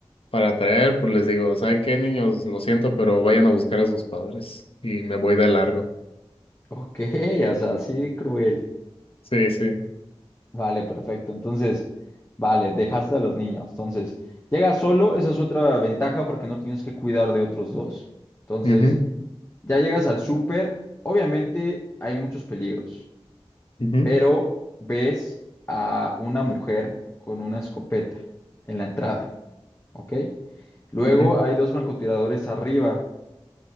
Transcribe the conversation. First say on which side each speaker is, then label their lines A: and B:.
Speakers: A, on the left (about 65°); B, on the left (about 25°).
A: para atraer, pues les digo, ¿saben qué, niños? Lo siento, pero vayan a buscar a sus padres y me voy de largo.
B: Ok, <laughs> o sea, así cruel.
A: Sí, sí.
B: Vale, perfecto. Entonces, vale, dejaste a los niños. Entonces, llegas solo, esa es otra ventaja porque no tienes que cuidar de otros dos. Entonces,
A: mhm
B: ya llegas al súper. Obviamente hay muchos peligros,
A: mhm
B: pero ves a una mujer con una escopeta en la entrada. ¿Ok? Luego
A: mhm
B: hay dos francotiradores arriba.